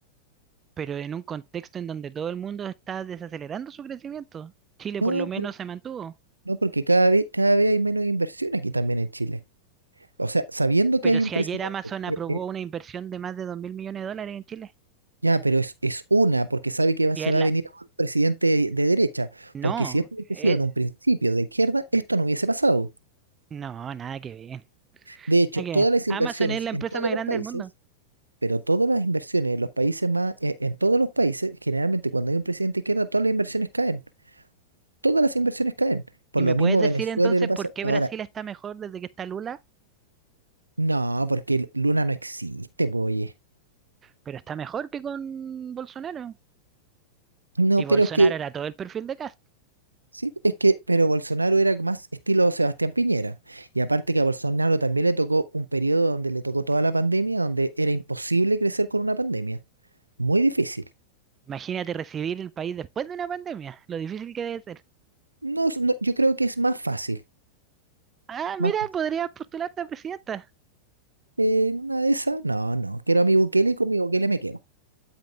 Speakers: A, on the right; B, on the right.
A: Pero en un contexto en donde todo el mundo está desacelerando su crecimiento. Chile
B: No,
A: por lo menos se mantuvo.
B: No, porque cada vez, cada vez hay menos inversión aquí también en Chile. O sea, sabiendo que
A: Pero
B: hay
A: si
B: un presidente,
A: ayer Amazon aprobó
B: eh, eh,
A: una inversión de más de dos mil millones de dólares en Chile,
B: ya, pero es, es una, porque sabe que va-
A: y
B: se
A: es
B: va
A: la...
B: a venir un presidente de, de derecha,
A: No,
B: porque si esto hubiese
A: eh,
B: sido en un principio de izquierda, esto no hubiese pasado.
A: no, nada que ver.
B: De hecho,
A: Nada que
B: todas
A: ver.
B: las
A: Amazon
B: inversiones
A: es la empresa
B: en todos
A: más
B: los
A: grande
B: países,
A: del mundo.
B: pero todas las inversiones en los países más, eh, en todos los países, generalmente cuando hay un presidente de izquierda, todas las inversiones caen, todas las inversiones caen. Por
A: ¿Y me
B: lo mismo
A: puedes decir
B: Venezuela
A: entonces
B: le pasa.
A: por qué
B: Ahora,
A: Brasil está mejor desde que está Lula?
B: no, porque Luna no existe, pues, oye.
A: Pero está mejor que con Bolsonaro.
B: No,
A: Y
B: pero
A: Bolsonaro
B: es que
A: era todo el perfil de Cast.
B: Sí, es que, pero Bolsonaro era más estilo Sebastián Piñera. Y aparte que a Bolsonaro también le tocó un periodo donde le tocó toda la pandemia, donde era imposible crecer con una pandemia. Muy difícil.
A: Imagínate recibir el país después de una pandemia, lo difícil que debe ser.
B: No, es- no, yo creo que es más fácil.
A: Ah,
B: Más
A: mira,
B: fácil.
A: podrías postularte a presidenta.
B: Eh, en una de esas, no, no. Quiero a mi Bukele y con mi Bukele me quedo.